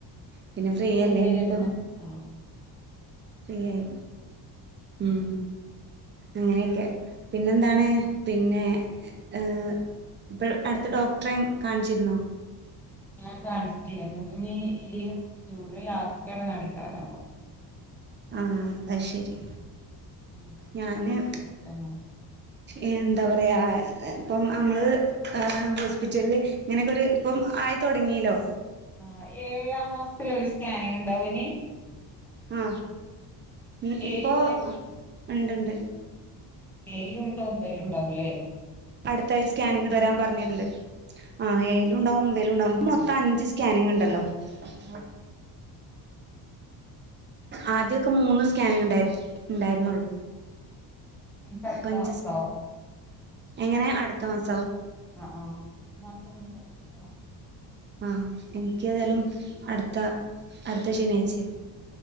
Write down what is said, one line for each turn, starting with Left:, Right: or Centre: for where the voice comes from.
Right: പിന്നെ ഫ്രീയല്ലെ
Centre: ഓര് പോയി കഴിഞ്ഞ
Right: ഇനിയിപ്പ
Centre: പിന്നെ ആഹ്
Right: ഫ്രീയായി ഉം ഇങ്ങനെയൊക്കെ പിന്നെന്താണ് പിന്നെ ഏ ഇപ്പ അടുത്ത് ഡോക്ടറെ കാണിച്ചിരുന്നോ
Centre: ഞാൻ കാണിച്ചില്ല ഇനി ഈ ജൂൺ ലാസ്റ്റാണ് കാണിക്കാറാമ്പം
Right: ആ അത് ശരി
Centre: ആഹ്
Right: ഞാന്
Centre: ഒരു മാസം കഴിഞ്ഞിട്ടാണ്
Right: എന്താ പറയ ഇപ്പം നമ്മള് ഹോസ്പിറ്റലിൽ ഇങ്ങനെയൊക്കെ ഒരു ഇപ്പം ആയി തുടങ്ങിലോ
Centre: ആ ഏഴാം മാസത്തില് സ്കാനിങ് ഉണ്ടാവോനി
Right: ആ ഉം
Centre: ഏഴിലെ
Right: ഇപ്പൊ ഉണ്ട്ഉണ്ട്
Centre: ഏഴിലുണ്ട് ഒമ്പത്തിലുണ്ടാവും ലെ
Right: അടുത്താഴ്ച്ച സ്കാനിങ്ങ് തരാൻ പറഞ്ഞിട്ടുണ്ട് ആ ഏഴിലുണ്ടാവും ലുണ്ടാവും മൊത്തം
Centre: ഉം
Right: അഞ്ച് സ്കാനിങ് ഉണ്ടല്ലോ മ് <inaudible> ആദ്യൊക്കെ മൂന്ന് സ്കാനിങ് ഉണ്ടായി ഉണ്ടായിരുന്നുള്ളൂ
Centre: ഇനി അടുത്ത
Right: ഇപ്പ അഞ്ച്
Centre: മാസോ
Right: എങ്ങനെ അടുത്ത മാസം
Centre: ആഹ ആഹ ഈ മാസം ഒന്നും പറഞ്ഞിട്ടില്ല
Right: ആഹ എനിക്ക് ഏതായാലും അടുത്ത ത്ത അടുത്ത ശനിയാഴ്ച്ചയാ